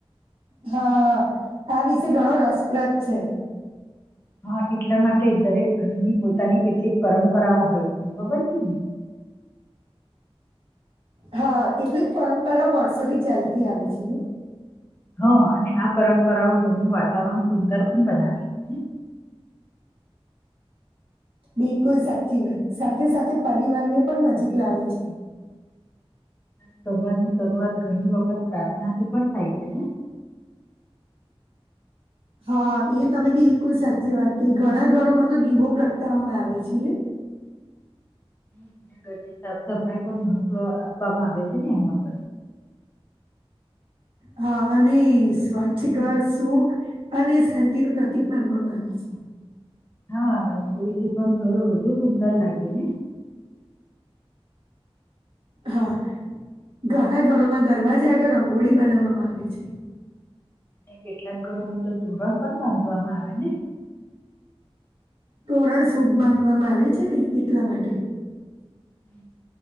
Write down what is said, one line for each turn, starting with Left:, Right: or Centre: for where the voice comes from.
Right: હા આ વિશે ઘણો રસપ્રદ છે
Left: હા એટલા માટે દરેક ઘરની પોતાની કેટલીક પરંપરાઓ હોય છે ખબર છે ને <inaudible>
Right: હા કેટલીક પરંપરાઓ વર્ષોથી ચાલતી આવે છે
Left: હા અને આ પરંપરાઓ ઘરનું વાતાવરણ સુંદર પણ બનાવે છે <inaudible>
Right: બિલકુલ સાચી વાત સાથે સાથે પરિવારને પણ નજીક લાવે છે
Left: સવાર ની શરૂઆત ઘણી વખત પ્રાર્થના થી પણ થાય છે ને <inaudible>
Right: હા એ તમે બિલકુલ સાચી વાત કહી ઘણા ઘરોમાં તો દીવો પ્રગટાવવામાં આવે છે
Left: હ અને ઘરની સાફ સફાઈ પણ મહત્વ આપવામાં આવે છે ને એમાં પણ <inaudible>
Right: હા અને સ્વચ્છ ઘર સુખ અને શાંતિ નું પ્રતિક માનવામાં આવે છે
Left: હા રગોળી થી પણ ઘર વધુ સુંદર લાગે ને <inaudible>
Right: હા ઘણા ઘરોમાં દરવાજા આગળ રંગોળી બનાવવામાં આવે છે
Left: અને કેટલાક ઘરોમાં તો તોરણ પણ બાંધવામાં આવે ને
Right: તોરણ શુભ માનવામાં આવે છે નહી એટલા માટે
Left: હમ